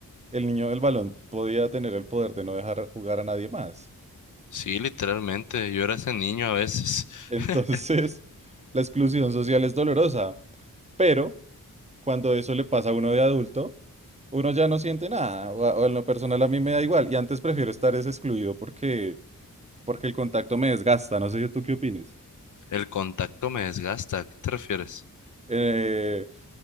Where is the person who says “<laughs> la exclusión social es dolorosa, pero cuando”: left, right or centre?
Right